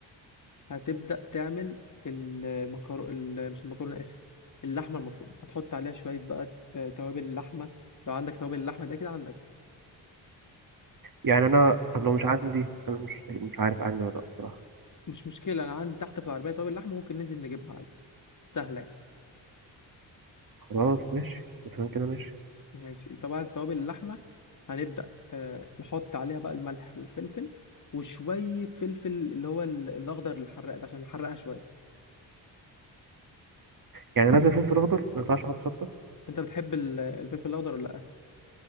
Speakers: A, on the left; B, on the right.
A: هتبدا تعمل المكرو ال- مش المكرونه اسف اللحمه المفرومه هتحط عليها شويه بقى آه، توابل اللحمه لو عندك توابل اللحمه دي اكيد عندك
B: يعني أنا طب لو مش عندي عشان أنا مش مش عارف عندي ولا لأ بصراحة
A: مش مشكله انا عندي تحت في العربيه توابل لحمه ممكن ننزل نجيبها عادي سهله يعني
B: خلاص ماشي مثلا كده ماشي
A: ماشي طبعا توابل اللحمه هنبدا آه، نحط عليها بقى الملح والفلفل وشويه فلفل اللي هو ال- الاخضر الحراق ده عشان نحرقها شويه
B: يعني لازم فلفل أخضر ما ينفعش أحط شطة
A: انت بتحب ال- الفلفل الاخضر ولا لا